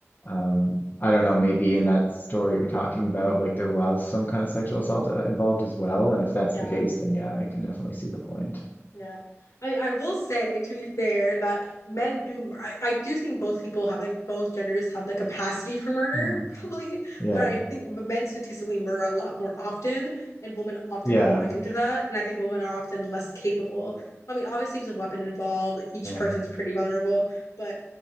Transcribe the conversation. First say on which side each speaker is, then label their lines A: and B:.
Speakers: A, on the left; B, on the left.
A: um I don't know, maybe in that story you're talking about, like there was some kind of sexual assault uh, involved as well, and if that's
B: Yeah.
A: the case, then yeah, I can definitely see the point.
B: Yeah. I mean, I will say to be fair that men do mur- I, I do think both people have like both genders have the capacity for murder,
A: Hmm.
B: probably,
A: Yeah.
B: but I think men statistically murder a lot more often and women often
A: Yeah.
B: fall victim to that. And I think women are often less capable. I mean, obviously if there's a weapon involved, each
A: Yeah.
B: person's pretty vulnerable, but